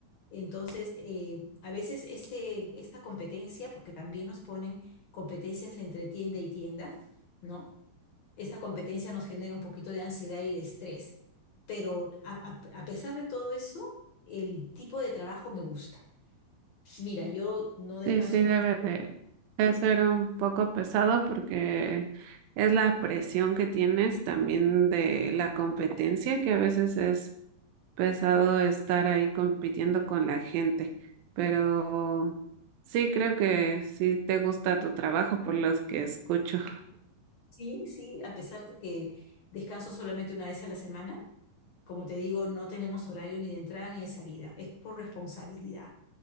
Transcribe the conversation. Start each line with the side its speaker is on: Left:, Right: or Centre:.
Left: Entonces, eh, a veces este, esta competencia, porque también nos ponen competencias entre tienda y tienda, ¿no? esta competencia nos genera un poquito de ansiedad y de estrés. Pero a, a- a pesar de todo eso, el tipo de trabajo me gusta. Mira, yo no descanso.
Right: Sí, sí, debe de, de ser un poco pesado porque es la presión que tienes también de la competencia, que a veces es pesado estar ahí compitiendo con la gente, pero sí creo que sí te gusta tu trabajo por los que escucho.
Left: Sí, sí, a pesar de que descanso solamente una vez a la semana, Como te digo, no tenemos horario ni de entrada ni de salida, es por responsabilidad.